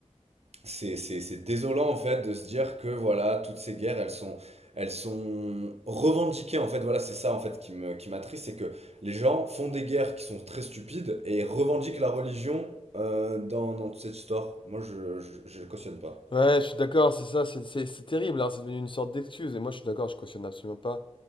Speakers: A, on the right; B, on the left.
A: c'est c'est- c'est désolant en fait de se dire que voilà, toutes ces guerres, elles sont, elles sont revendiquées en fait. Voilà, c'est ça en fait qui me, qui m'attriste, c'est que les gens font des guerres qui sont très stupides et revendiquent la religion euh, dans, dans toute cette histoire. Moi, je, je, je cautionne pas.
B: Ouais, je suis d'accord, c'est ça, c'est c'est- c'est terrible, hein, c'est devenu une sorte d'excuse, et moi je suis d'accord, je cautionne absolument pas.